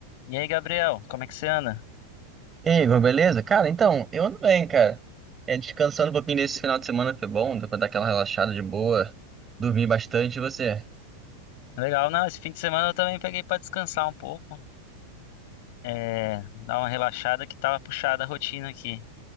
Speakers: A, on the left (about 50°); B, on the right (about 20°).
A: E aí, Gabriel, como é que você anda?
B: E aí, Igor, beleza? Cara, então, eu ando bem, cara. É, descansando um pouquinho desse final de semana foi bom, deu pra dar aquela relaxada de boa, dormir bastante, e você?
A: Legal, não, esse fim de semana eu também peguei pra descansar um pouco, é, dar uma relaxada que tava puxada a rotina aqui.